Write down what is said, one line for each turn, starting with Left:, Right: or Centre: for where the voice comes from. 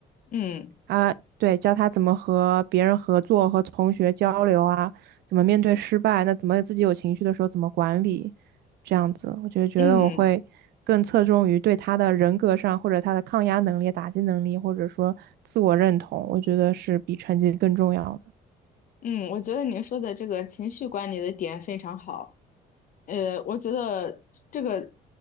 Left: 嗯
Right: 啊，对，教他怎么和别人合作、和同学交流啊，怎么面对失败，那怎么自己有情绪的时候怎么管理，这样子，我就觉得我会更侧重于对他的人格上，
Left: 嗯
Right: 或者他的抗压能力、打击能力，或者说自我认同，我觉得是比成绩更重要的。
Left: 嗯，我觉得你说的这个情绪管理的点非常好。呃，我觉得这个，